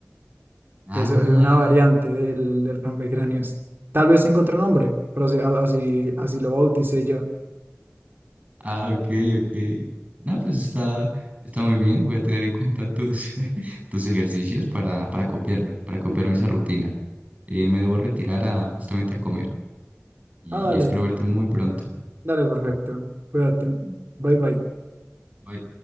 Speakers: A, on the right (about 30°); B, on the right (about 50°).
A: Ah,
B: Eso es una variante del, del rompecráneos. Tal vez tenga otro nombre, pero así, a- así, así lo bauticé yo.
A: ah, ok, ok. No, pues está, está muy bien. Voy a tener en cuenta tus, <laughs> tus ejercicios para, para copiarme, para copiarme
B: Mm.
A: esa rutina. Eh, me debo retirar a, justamente a comer y
B: Ah,
A: espero
B: dale.
A: verte muy pronto.
B: Dale, perfecto. Cuídate. Bye bye.
A: Bye.